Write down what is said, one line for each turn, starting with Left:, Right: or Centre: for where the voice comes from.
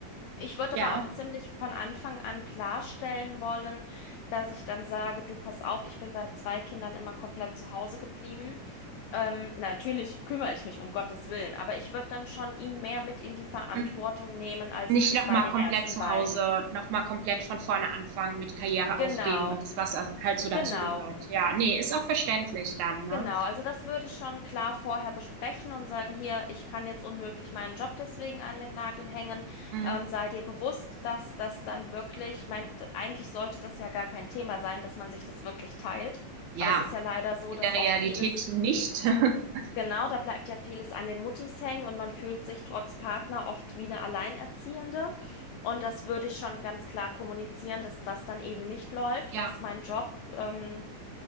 Left: Ich würde
Right: Ja.
Left: aber auch ziemlich von Anfang an klarstellen wollen, dass ich dann sage, du pass auf, ich bin bei zwei Kindern immer komplett zu Hause geblieben. Ähm, natürlich kümmere ich mich um Gottes Willen, aber ich würde dann schon ihn mehr mit in die Verantwortung
Right: Mhm.
Left: nehmen, als
Right: Nicht
Left: ich das
Right: nochmal
Left: bei den
Right: komplett
Left: ersten
Right: zu
Left: beiden.
Right: Hause, nochmal komplett von vorne anfangen, mit Karriere
Left: Genau,
Right: aufgeben und das, was halt so dazugehört.
Left: genau.
Right: Ja, nee, ist auch verständlich dann, ne?
Left: Genau, also das würde ich schon klar vorher besprechen und sagen, hier, ich kann jetzt unmöglich meinen Job deswegen an den Nagel hängen.
Right: Mhm.
Left: Ähm, sei dir bewusst, dass das dann wirklich, ich meine, d- eigentlich sollte das ja gar kein Thema sein, dass man sich das wirklich teilt.
Right: Ja,
Left: Aber es ist ja leider so,
Right: in
Left: dass
Right: der Realität
Left: oft vieles,
Right: nicht. <laughs>
Left: genau, da bleibt ja vieles an den Muttis hängen und man fühlt sich trotz Partner oft wie eine Alleinerziehende. Und das würde ich schon ganz klar kommunizieren, dass das dann eben nicht läuft,
Right: Ja,
Left: dass mein Job, ähm,